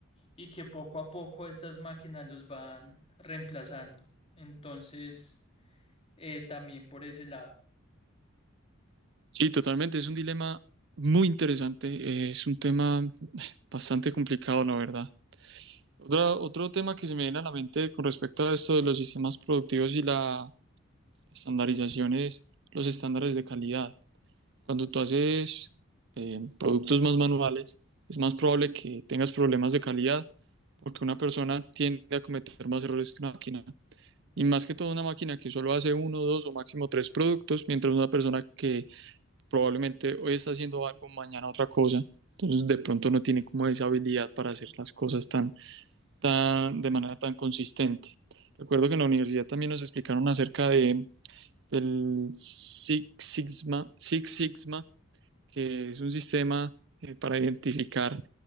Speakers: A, on the left; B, on the right.
A: y que poco a poco estas máquinas los van reemplazando. Entonces, eh, también por ese lado.
B: Sí, totalmente, es un dilema muy interesante, eh, es un tema bastante complicado, la verdad. Otra- otro tema que se me viene a la mente con respecto a esto de los sistemas productivos y la estandarización es los estándares de calidad. Cuando tú haces eh, productos más manuales, es más probable que tengas problemas de calidad porque una persona tiende a cometer más errores que una máquina. Y más que todo una máquina que solo hace uno, dos o máximo tres productos, mientras una persona que probablemente hoy está haciendo algo, mañana otra cosa. Entonces de pronto no tiene como esa habilidad para hacer las cosas tan, tan, de manera tan consistente. Recuerdo que en la universidad también nos explicaron acerca de, del Six Sigma, Six Sigma que es un sistema eh, para identificar